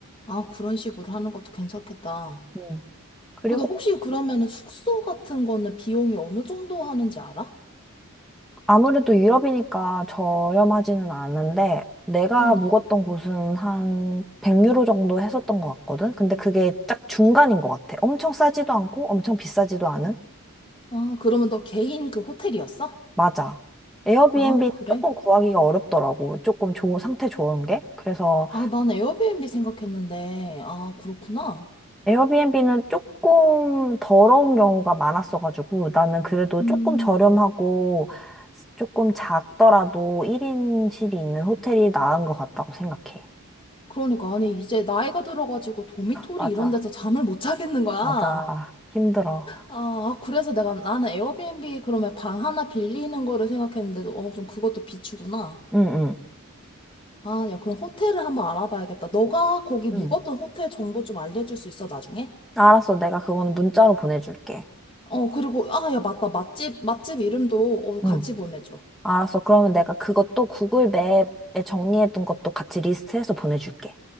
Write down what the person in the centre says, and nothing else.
음. 그리고
아무래도 유럽이니까 저렴하지는 않은데, 내가
묵었던 곳은 한 100유로 정도 했었던 것 같거든? 근데 그게 딱 중간인 것 같아. 엄청 싸지도 않고, 엄청 비싸지도 않은?
맞아. 에어비앤비는
조금 구하기가 어렵더라고. 조금 좋은, 상태 좋은 게. 그래서
에어비앤비는 조금 더러운 경우가 많았어가지고 나는 그래도
조금 저렴하고 조금 작더라도 1인실이 있는 호텔이 나은 것 같다고 생각해.
맞아,
맞아. 힘들어.
응, 응,
응.
알았어. 내가 그거는 문자로 보내줄게.
응.
알았어. 그러면 내가 그것도 구글 맵에 정리해둔 것도 같이 리스트해서 보내줄게.